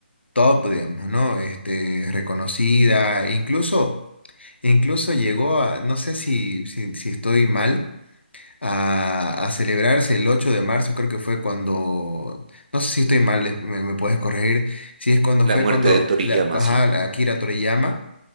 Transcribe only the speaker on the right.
La
muerte
de Toriyama,
sí,